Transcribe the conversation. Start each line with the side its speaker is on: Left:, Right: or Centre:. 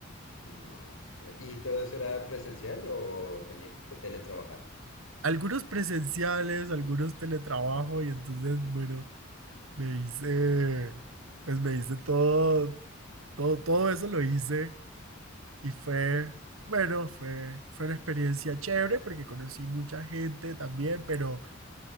Left: No. ¿Y todo eso era presencial o tenías que teletrabajar?
Right: Algunos presenciales, algunos teletrabajo y entonces, bueno, me hice, pues me hice todo, todo, todo eso lo hice Y fue, bueno, fue, fue una experiencia chévere porque conocí mucha gente también, pero